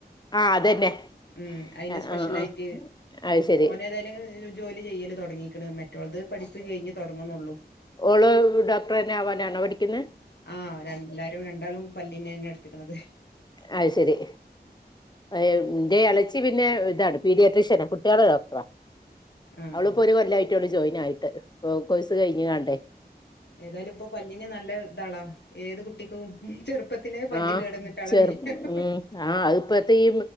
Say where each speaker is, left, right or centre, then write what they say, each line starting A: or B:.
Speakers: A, on the left; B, on the left.
A: ആ അതന്നെ
B: ഉം അതിന്റെ
A: ആ
B: സ്പെഷ്യലായിട്ട്
A: ആ ആ അത് ശരി
B: ഓൻ ഏതായാലും ജോലി ചെയ്യല് തുടങ്ങീക്ക്ണ് മറ്റവളത് പഠപ്പ് കഴിഞ്ഞ് തുടങ്ങണുള്ളൂ
A: ഓള് ഡോക്ടർ തന്നെ ആവാനാണോ പഠിക്കുന്നെ
B: ആഹ് എല്ലാരും രണ്ടാളും പല്ലീന്നെന്നെ എടുത്തക്കണത്
A: അത് ശരി എന്റെ ഇളച്ചി പിന്നെ ഇതാണ് പീഡിയട്രിഷ്യന കുട്ടികളെ ഡോക്ടറാ
B: ആഹ്
A: അവളിപ്പോ ഒരു കൊല്ലവായിട്ട് ജോയിൻ ആയിട്ട് കോഴ്സ് കഴിഞ്ഞ്ങ്ങാണ്ടേ
B: ഏതായാലും ഇപ്പോ പല്ലിന്ന് നല്ല ഇതാളാ ഏത് കുട്ടിക്കും ചെറുപ്പത്തിലേ പല്ല്
A: ആഹ്
B: കേടുവന്നിട്ടാ
A: ചെറു
B: <unintelligible>
A: ഉം ആഹ് അത് ഇപ്പോഴത്തെ ഈ